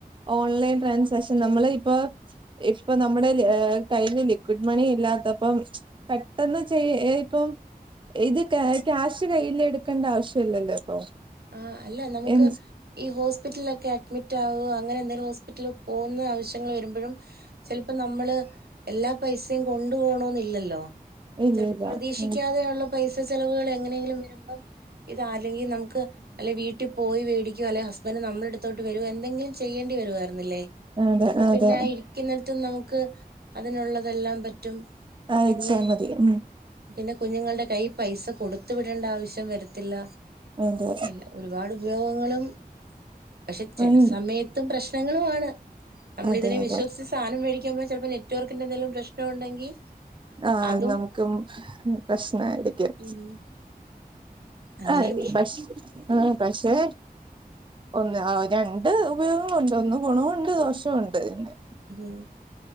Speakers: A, on the right; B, on the right.
A: ഓൺലൈൻ ട്രാൻസേക്ഷൻ നമ്മള് ഇപ്പൊ ഇപ്പൊ നമ്മുടെ കയ്യിൽ ലിക്വിഡ് മണി ഇല്ലാത്തപ്പം പെട്ടെന്ന് ചെയ്യ ഇപ്പം ഇത് ക്യാ ക്യാഷ് കയ്യിൽ എടുക്കേണ്ട ആവശ്യം ഇല്ലല്ലോ ഇപ്പൊ
B: ആഹ്അല്ല നമുക്ക്
A: എ
B: ഈ ഹോസ്പിറ്റലിലൊക്കെ അഡ്മിറ്റ് ആവ്യാഅങ്ങനെ ന്തെങ്കിലും ഹോസ്പിറ്റലിൽ പോകുന്ന ആവശ്യങ്ങൾ വരുമ്പോഴും ചെല്പ്പംനമ്മള് എല്ലാ പൈസേ കൊണ്ടു പോണന്നില്ലല്ലോ
A: ഇല്ല
B: ചെല്
A: ഇല്ല
B: പ്രതീക്ഷിക്കാതെയണല്ലും
A: ഉം
B: പൈസ ചെലവുകൾ എങ്ങനെയെങ്കിലും വരുമ്പം ഇത ആല്ലെങ്കിനമുക്ക് അല്ലെ വീട്ടി പോയി വേടിക്യാ അല്ലെ ഹസ്ബന്റ് നമ്മുടെ അടുത്തോട്ട് വരോഎന്തെങ്കിലും ചെയ്യേണ്ടി വരുവയിരുന്നില്ലേ
A: അതെ
B: ഇപ്പൊ
A: അതെ
B: പിന്നെ ഇരിക്കുന്നടത്തിന്ന് നമുക്ക് അതിനുള്ളതെല്ലാം പറ്റും
A: അയച്ചാ
B: പിന്നെ
A: മതി ഉം
B: പിന്നെ കുഞ്ഞുങ്ങളുടെ കൈയിൽ പൈസ കൊടുത്ത് വിടേണ്ട ആവശ്യം വരത്തില്ല
A: ഉ ത്
B: എല്ലാ ഒരുപാട് ഉപയോഗങ്ങളും പക്ഷെ ചെല
A: ഉം
B: സമയത്തും പ്രശ്നങ്ങളുമാണ് നമ്മള്
A: അതെ
B: ഇതിനെ
A: അതെ
B: വിശ്വസിച്ച് സാധനം മേടിക്കുമ്പോ ചിലപ്പോ നെറ്റ്വർക്കിന്റെ എന്തെലും പ്രശ്നം ഉണ്ടെങ്കി
A: ആഹ്
B: അതും
A: അത് നമുക്കും പ്രശ്നായിരിക്കും
B: ഉം അങ്ങനെയും
A: ആഹ്
B: പ്രശ്ന
A: പക്ഷ ഉം പക്ഷേ ഒന്ന് ആ രണ്ട് ഉപയോഗം ഉണ്ട് ഒന്ന് ഗുണവുണ്ട് ദോഷവുണ്ട് പിന്നെ
B: ഉം